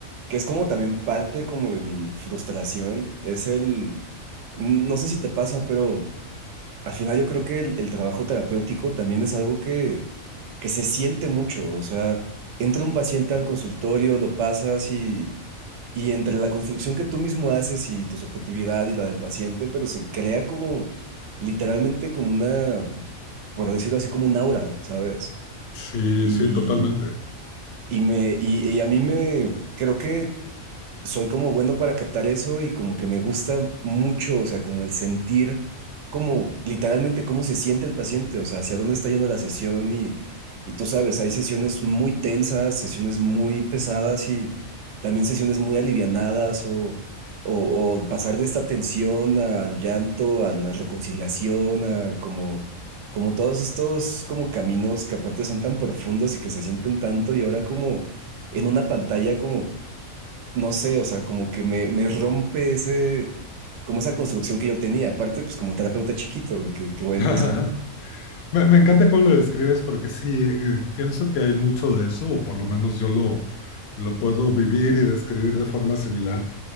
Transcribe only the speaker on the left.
Sí,
sí, totalmente.
<laughs>
Me, me encanta cómo lo describes porque sí, eh, pienso que hay mucho de eso, o por lo menos yo lo, lo puedo vivir y describir de forma similar.